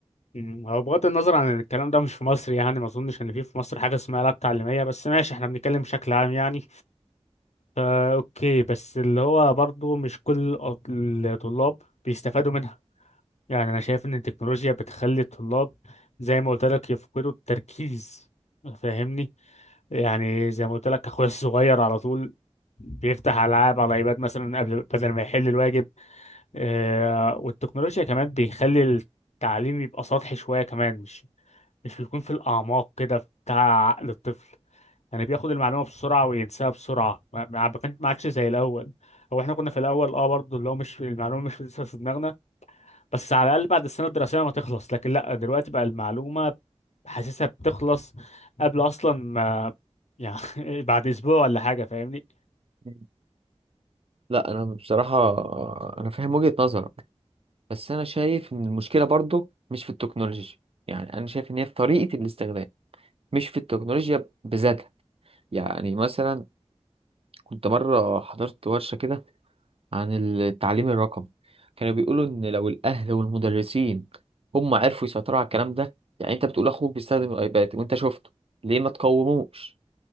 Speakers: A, on the left; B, on the right.
A: مم، هو بغض النظر عن إن الكلام ده مش في مصر يعني ما اظنش ان في في مصر حاجه اسمها لاب تعليميه بس ماشي احنا بنتكلم بشكل عام يعني فا اوكي بس اللي هو برضو مش كل الأط- الطلاب بيستفادوا منها يعني انا شايف ان التكنولوجيا بتخلي الطلاب زي ما قلت لك يفقدوا التركيز فاهمني يعني زي ما قلت لك اخويا الصغير على طول بيفتح العاب على ايباد مثلا قبل بدل ما يحل الواجب آه والتكنولوجيا كمان بيخلي التعليم يبقى سطحي شويه كمان مش مش بيكون في الأعماق كده بتاع عقل الطفل يعني بياخد المعلومة بسرعة وينساها بسرعة ما ما ما كان- ما عادش زي الأول هو احنا كنا في الأول اه برضه اللي هو مش في المعلومة مش لسه في دماغنا بس على الأقل بعد السنة الدراسية ما تخلص لكن لأ دلوقتي بقى المعلومة حاسسها بتخلص قبل أصلا ما يعني <laughs> بعد أسبوع ولا حاجة فاهمني
B: مم. لا انا بصراحه انا فاهم وجهه نظرك بس انا شايف ان المشكله برضو مش في التكنولوجيا يعني انا شايف ان هي في طريقه الاستخدام مش في التكنولوجيا بذاتها يعني مثلا كنت مرة حضرت ورشة كده عن التعليم الرقمي كانوا بيقولوا إن لو الأهل والمدرسين هم عرفوا يسيطروا على الكلام ده يعني أنت بتقول أخوك بيستخدم الأيباد وأنت شفته ليه ما تقوموش؟